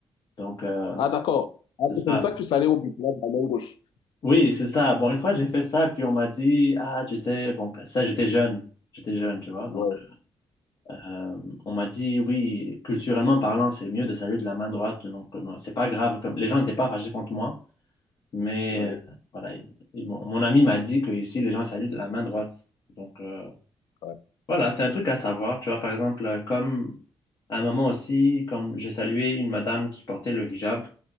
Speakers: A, on the left; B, on the left.
A: Donc, euh,
B: Ah, d'accord. Ah,
A: c'est ça.
B: c'est comme ça que tu salues au but, là, de la main gauche.
A: Oui, c'est ça. Bon, une fois, j'ai fait ça, puis on m'a dit, ah, tu sais, bon, ça, j'étais jeune. J'étais jeune, tu vois. Donc,
B: Ouais,
A: euh, on m'a dit, oui, culturellement parlant, c'est mieux de saluer de la main droite. Donc, euh, non, c'est pas grave. Comme... Les gens n'étaient pas fâchés contre moi, mais
B: ouais,
A: euh, voilà. ils- ils m'ont- mon, ami m'a dit que ici, les gens saluent de la main droite. Donc, euh,
B: ouais,
A: voilà, c'est un truc à savoir. Tu vois, par exemple, euh, comme à un moment aussi, comme j'ai salué une madame qui portait le hijab.